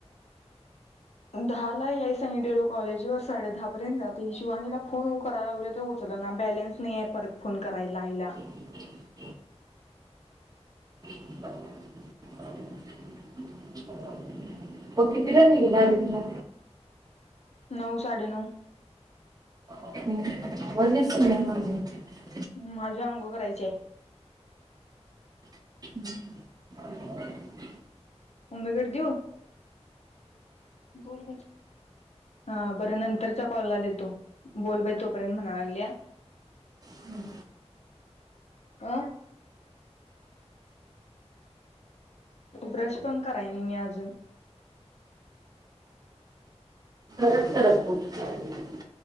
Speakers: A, on the left (about 70°); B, on the right (about 35°).
A: दहा ला याई सांगितलं. कॉलेज वर साडे दहा पर्यंत आता शिवानीला फोन करायला लागलो. उचल माझा ना बॅलेन्स नाहीय. परत फोन करायला. आईला
B: ह <unintelligible> होकितिरा न मला
A: नऊ साडे नऊ
B: ह् वच माझ
A: माझ्या आंघोळ करायचेय.
B: <unintelligible>
A: मम्मी कडे देऊ बोल हा बरं नंतरच्या कॉलला देतो. बोल बाई तोपर्यंत म्हणायला.
B: हम्
A: आह ब्रश पण करायनी मी अजून
B: तरच सरल कोबीची भाजी